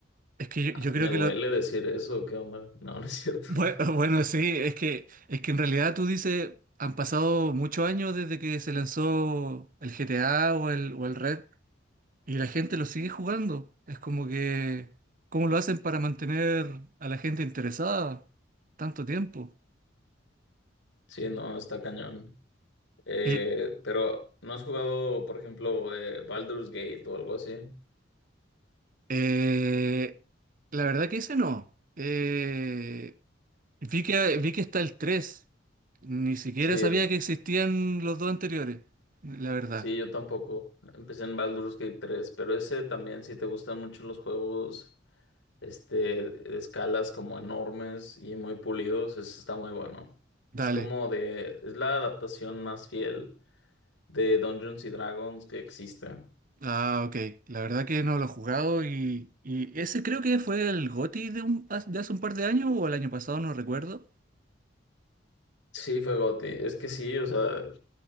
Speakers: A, on the right; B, on the left.
A: Es que yo,
B: ah,
A: yo creo
B: me
A: que
B: duele
A: lo...
B: decir eso, qué onda. No, no es cierto.
A: Bue-
B: <laughs>
A: <laughs> Bueno, sí, es que, es que en realidad tú dices, han pasado muchos años desde que se lanzó el GTA o el, o el Red Y la gente lo sigue jugando. Es como que, ¿cómo lo hacen para mantener a la gente interesada tanto tiempo?
B: Sí, no, está cañón. Eh,
A: Y
B: pero, ¿no has jugado, por ejemplo, eh, Baldur's Gate o algo así?
A: eh, la verdad que ese no. Eh, vi que, vi que está el 3. Ni siquiera
B: Sí,
A: sabía
B: el,
A: que existían los dos anteriores. La verdad.
B: sí, yo tampoco. Empecé en Baldur's Gate 3, pero ese también, si te gustan mucho los juegos. este, de escalas como enormes y muy pulidos, eso está muy bueno.
A: Dale.
B: Es como de, es la adaptación más fiel de Dungeons y Dragons que existe.
A: Ah, ok. La verdad que no lo he jugado y, y ese creo que fue el GOTY de, un, de hace un par de años o el año pasado, no recuerdo.
B: Sí, fue GOTY. Es que sí, o sea,